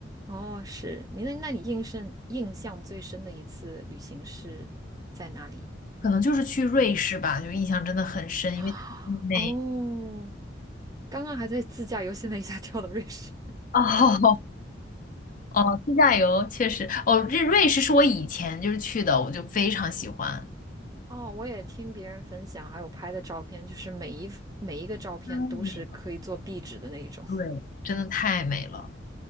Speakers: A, on the right; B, on the left.
A: 哦，是你那那你印象印象最深的一次旅行是在哪里？
B: 可能就是去瑞士吧，就印象真的很深，
A: <gasps>
B: 因为太美。
A: 哦，刚刚还在自驾游，现在一下跳到瑞士。
B: <laughs> 哦哦，自驾游确实，哦，瑞瑞士是我以前就是去的，我就非常喜欢，
A: 哦，我也听别人分享，还有拍的照片，就是每一每一个照片都是可以做壁纸的那一种。
B: 太美了，对，真的太美了。